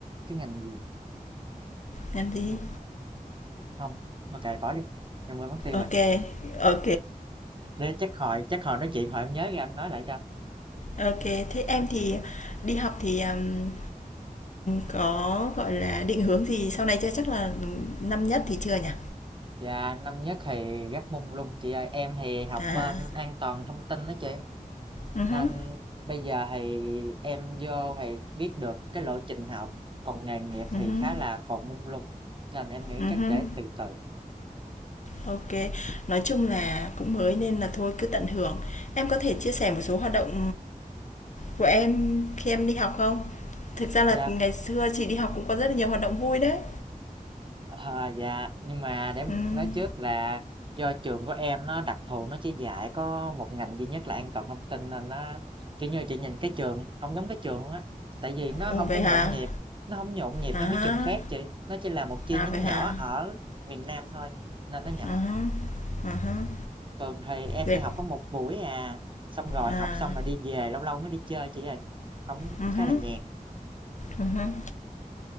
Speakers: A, on the right (about 35°); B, on the left (about 55°).
A: cái ngành gì?
B: làm gì?
A: Không, không. ok bỏ đi. Em quên mất tiêu rồi.
B: ok kê, ô
A: Thế chắc hồi chắc hồi nói chuyện hồi em nhớ ra em nói lại cho.
B: <laughs> Thế em thì đi học thì, ờm, có, gọi là, định hướng gì sau này chưa? Chắc là, năm nhất thì chưa nhỉ?
A: Dạ, năm nhất thì rất mông lung chị ơi. Em thì học
B: À,
A: bên an toàn thông tin đó chị.
B: ừm
A: Nên
B: hứm,
A: bây giờ thì em vô thì biết được cái lộ trình học. Còn nghề nghiệp
B: ừm
A: thì
B: hứm,
A: khá là còn mông lung. Nên em nghĩ
B: ừm
A: cách
B: hứm.
A: để từ từ.
B: Ô Nói chung là cũng mới nên là thôi cứ tận hưởng. Em có thể chia sẻ một số hoạt động, Của em khi em đi học không? Thực ra là
A: Dạ.
B: ngày xưa chị đi học cũng có rất là nhiều hoạt động vui đấy.
A: Ờ, dạ, nhưng mà để em
B: Ừm.
A: nói trước là do trường của em nó đặc thù nó chỉ dạy có một ngành duy nhất là an toàn thông tin nên nó kiểu như chị nhìn cái trường không giống cái trường luôn á tại vì nó
B: Ồ,
A: không
B: vậy
A: có nhộn
B: hả?
A: nhịp nó không nhộn nhịp
B: À,
A: như mấy trường khác chị nó chỉ là một chi
B: à
A: nhánh
B: vậy hả?
A: nhỏ ở miền Nam thôi nên nó nhỏ
B: À há, à há.
A: thường thì em
B: Dẹp
A: chỉ học có một buổi à xong rồi
B: à,
A: học xong là đi về lâu lâu mới đi chơi chị ơi không
B: ừm
A: khá
B: hứm,
A: là nhàn
B: ừm